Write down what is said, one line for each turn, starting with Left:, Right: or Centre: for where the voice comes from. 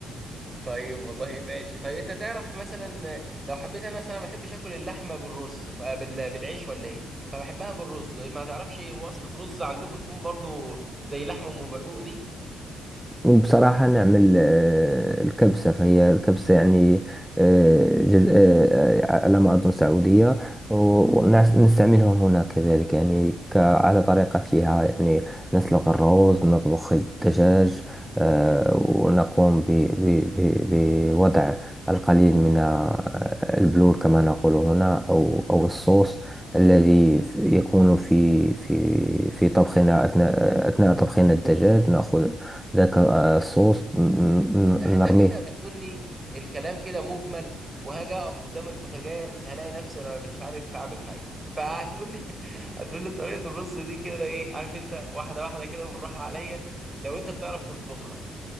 Right: طيب والله ماشي طيب انت تعرف مثلا لو حبيت انا مثلا ما بحبش اكل اللحمه بالرز ف- بال- بالعيش ولا ايه فبحبها بالرز ما تعرفش وصفه رز عندكم تكون برضو زي لحمه ام برقوق دي
Centre: بصراحة نعمل آه، الكبسة فهي الكبسة يعني آه، جز... آه، آه، على ما أظن سعودية ونستعملها هنا كذلك يعني ك... على طريقتها يعني نسلق الرز نطبخ الدجاج آه، ونقوم ب... ب... ب... بوضع القليل من آه، البلور كما نقول هنا أو أو الصوص الذي يكون في في في طبخنا أثناء أثناء طبخنا الدجاج نأخذ ذاك آه، الصوص ن- ن-
Right: لا انت
Centre: نرميه
Right: كده بتقول لي الكلام كده مجمل وهاجي اقف قدام البوتاجاز هلاقي نفسي انا مش عارف اعمل حاجه فهتقول لي <laughs> هتقول لي طريقه الرز دي كده ايه عارف انت واحده واحده كده بالراحه عليا لو انت بتعرف تطبخها